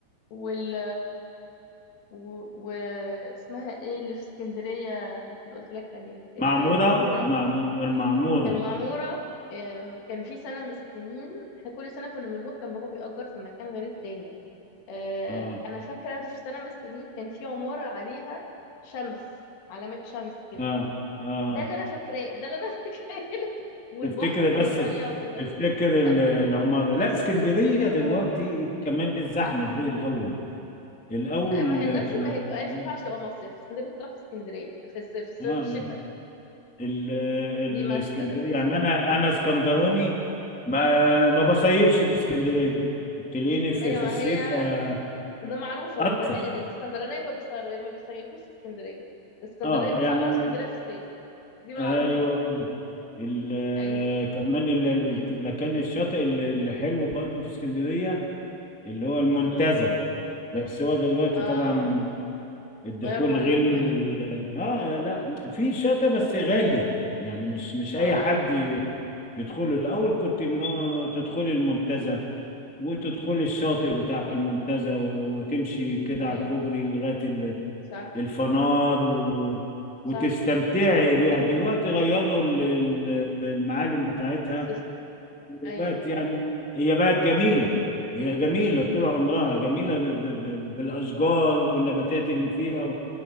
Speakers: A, on the left; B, in the centre.
A: وال و... و... اسمها ايه اللي في اسكندرية اللي قلت لك عليها
B: معمورة
A: المعمورة
B: المعمو- المعمورة
A: في المعمورة آم، كان في سنة من السنين احنا كل سنة كنا بنروح كان بابا بيأجر في مكان غير التاني آه،
B: اه
A: أنا فاكرة في سنة من السنين كان في عمارة عليها شمس علامة شمس كده
B: اه اه
A: ده اللي أنا فاكراه ده اللي أنا <laughs> فاكراه لك والبحر
B: تفتكر
A: والمية
B: بس
A: وكده
B: تفتكر ال-
A: آه
B: العمارة لا اسكندرية دلوقتي
A: آه.
B: كمان الزحمة غير الأول الأول
A: لا ما هي دلوقتي
B: كانت
A: ما هي تبقى ما
B: جميلة
A: ينفعش تبقى مصيف اسكندرية تروح في اسكندرية في الصيف في الصيف
B: اه
A: في
B: ال-
A: الشتاء
B: ال- الاسكندرية
A: دي مشتى دلوقتي
B: يعني أنا أنا اسكندراني ما ما بصيفش في اسكندرية تلاقيني في
A: أيوة
B: في الصيف
A: ما هي
B: آه،
A: ده معروفة
B: أطفش
A: من زمان ان الاسكندرانية ما بيصير ما بيصيفوش في اسكندرية الاسكندرانية
B: اه
A: بيطلعوا
B: يعني
A: بره اسكندرية في الصيف دي معروفة
B: ايوه ال-
A: ايوه
B: كمان ال- ال- المكان الشاطئ اللي اللي حلو برضه في اسكندرية اللي هو المنتزه
A: امم
B: بس هو دلوقتي
A: اه
B: طبعا الدخول
A: غيروا معلمها
B: غلي
A: تماما
B: وال اه لا في شاطئ بس غالي يعني مش مش
A: اه
B: اي حد يدخله الاول كنت ما تدخلي المنتزه وتدخلي الشاطئ بتاع المنتزه و- وتمشي كده
A: ايوه
B: على الكوبري لغايه ال-
A: صح
B: الفنار و... وتستمتعي
A: صح
B: بيها دلوقتي غيروا ال- ال- المعالم بتاعتها
A: سيستم
B: وبقت
A: ايوه
B: يعني هي بقت جميله هي جميله طول عمرها جميله ب... ب... بالاشجار والنباتات اللي فيها